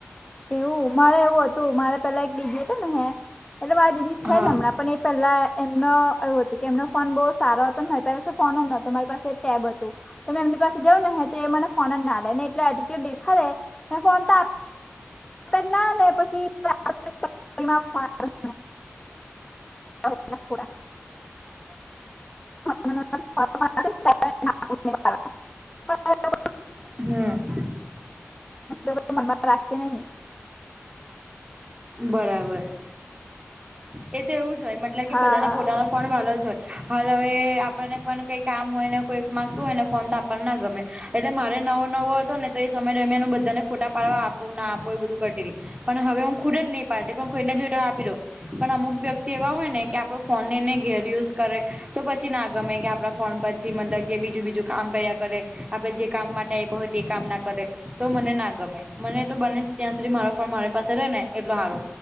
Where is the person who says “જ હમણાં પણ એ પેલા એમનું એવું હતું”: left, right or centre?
Left